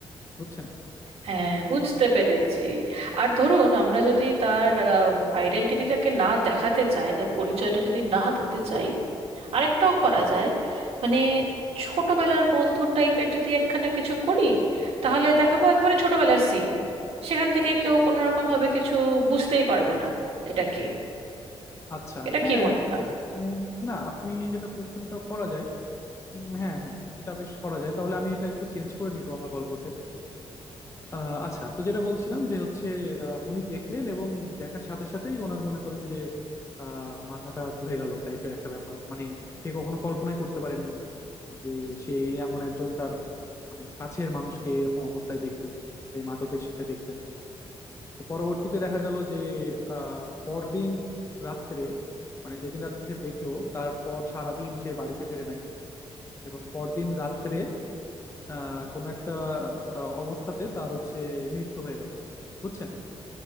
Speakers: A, on the left (about 25°); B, on the right (about 75°).
A: বুঝছেন
B: হ্যাঁ বুঝতে পেরেছি আর ধরুন আমরা যদি তার আইডেন্টিটিটাকে না দেখাতে চাই তার পরিচয়টা যদি না দিতে চাই আরেকটাও করা যায় মানে ছোটবেলার বন্ধু টাইপের যদি একখানা কিছু করি তাহলে দেখাবো একেবারে ছোটবেলার সিন সেখান থেকে কেউ কোনো রকম ভাবে কিছু বুঝতেই পারবে না এটা কে
A: আচ্ছা
B: এটা
A: হ্যাঁ
B: কি মনে হয়
A: উম, না আপনি যেটা বলছেন এটাও করা যায় উম, হ্যাঁ হ্যাঁ এটা বেশ করা যায় তাহলে আমি এটা একটু চেঞ্জ করে নিব আমার গল্পতে আহ, আচ্ছা তো যেটা বলছিলাম যে হচ্ছে আহ, উনি দেখলেন এবং দেখার সাথে সাথেই ওনার মনে করেন যে আহ, মাথাটা ঘুরে গেল টাইপের একটা ব্যাপার মানে সে কখনো কল্পনাই করতে পারেনি যে সে এমন একজন তার মানে কাছের মানুষকে এরকম অবস্থায় দেখবে এই মাদকের সাথে দেখবে আর কি। তো পরবর্তীতে দেখা গেল যে আহ পরদিন রাত্রে মানে যেদিন রাত্রে সে দেখলো তারপর সারাদিন সে বাড়িতে ফেরে নাই এবং পরদিন রাত্রে আহ কোনো একটা আহ, অবস্থাতে তার হচ্ছে মৃত্যু হয়ে গেল বুঝছেন